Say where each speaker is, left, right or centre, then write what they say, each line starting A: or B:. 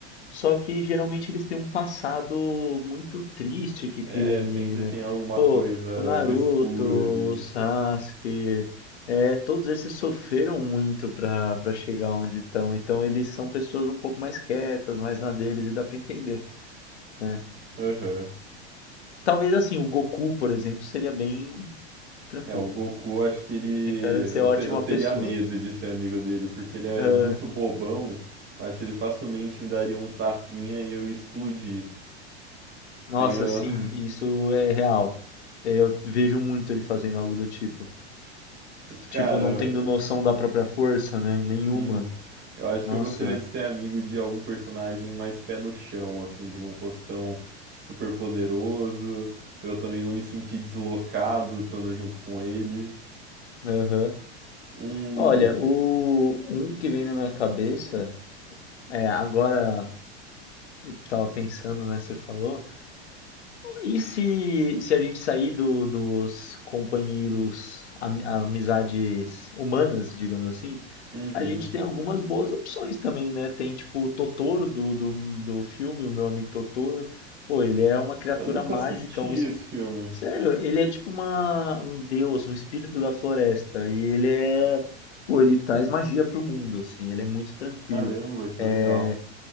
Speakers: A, on the left; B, on the right.
A: só que geralmente eles têm um passado muito triste que
B: É,
A: cria o anime,
B: sempre
A: né?
B: tem alguma
A: Pô,
B: coisa
A: o Naruto,
B: obscura ali.
A: o Sasuke, é, todos esses sofreram muito pra, pra chegar onde estão, então eles são pessoas um pouco mais quietas, mais na deles, e dá pra entender, né?
B: Aham.
A: Talvez assim, o Goku, por exemplo, seria bem Tranquilo.
B: É, o Goku, acho que ele.
A: Ele tem cara de ser
B: Eu,
A: ótima
B: te- eu teria
A: pessoa.
B: medo de ser amigo dele, porque ele é
A: Ah,
B: muito bobão. Acho que ele facilmente me daria um tapinha e eu ia explodir.
A: nossa,
B: Tenho.
A: sim, isso é real. É, Eu vejo muito ele fazendo algo do tipo.
B: <laughs> Mas, cara,
A: Tipo, não tendo noção da própria força, né?
B: <laughs>
A: Nenhuma.
B: assim. Eu acho
A: Nossa.
B: que eu gostaria de ser amigo de algum personagem mais pé no chão, assim, que não fosse tão super poderoso, pra eu também não me sentir deslocado estando junto com ele.
A: Aham.
B: Um,
A: Olha, o um que vem na minha cabeça é agora eu tava pensando, né? Você falou. E se, se a gente sair do- dos companheiros, ami- amizades humanas, digamos assim,
B: Uhum.
A: A gente tem algumas boas opções também, né? Tem tipo o Totoro do, do, do filme, o meu amigo Totoro. Pô, ele é uma criatura
B: Eu nunca
A: mágica,
B: assisti
A: um.
B: esse
A: es-
B: filme.
A: Sério, ele é tipo uma, um deus, um espírito da floresta. E ele é. Pô, ele traz magia pro mundo, assim, ele é muito tranquilo.
B: Caramba, que
A: É.
B: legal.